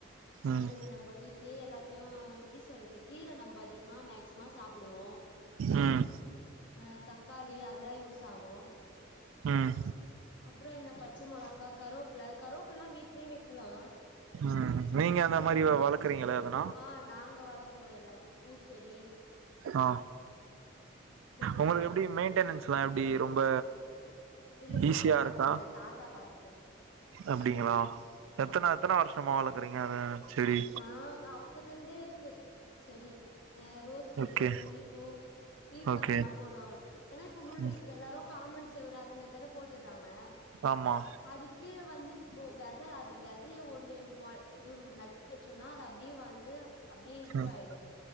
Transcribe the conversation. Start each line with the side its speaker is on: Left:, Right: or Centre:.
Right: ம்
Left: நல்லது நம்ம வீட் லே எல்லாத்தயு எப்டி சொல்றது கீர நம்ம அதிகமா மேக் ஸிமோ சாப்டுவோ
Right: ம்
Left: அ தக்காளி அதெல்லா யூஸ் ஆகு
Right: ம்
Left: அப்புற என்ன பச்ச மொளாக்கா கருவெப்புல கருவேப்புல்லா வீட்லே வைக்லா
Right: ம் நீங்க அந்த மாரி வளக்குறீங்ளா எதனா
Left: ஆ நாங்க வளக்குறோ எல்லாமே பூச்செடி
Right: ஆ
Left: தென்ன மரோ
Right: ஒங்களுக்கு எப்டி மெயின்டெனன்ஸ்ல்லா எப்டி ரொம்ப
Left: இல்ல
Right: ஈஸியா
Left: தாத்தா
Right: இருக்கா
Left: இருக்காரு தாத்தா பாத்துப்பாரு
Right: அப்டிங்ளா எத்தன
Left: ஆமா
Right: எத்தன வருஷமா வளக்றீங்க அத செடி
Left: ஆங் அப்பதில்ருந்தே இருக்கு செடி அ ரோஸ் செடி
Right: ஓகே
Left: மல்லிப்பூ பீர்க்கங்காலா
Right: ஓகே
Left: போடுவாங்க ஏன்னா இப்ப முள்ளு
Right: ம்
Left: இப்ப எல்லாரு காமன் செவுரு அந்த மாரி தானே போட்டுறாங்க
Right: ஆமா
Left: அதுக் கீழ வந்து வெத அது வெதய ஒன்னு மொ இது நட் டு வச்சோனா அது அப்டியே வள்ந்து அப்டியே இதுவாயிடு
Right: ம்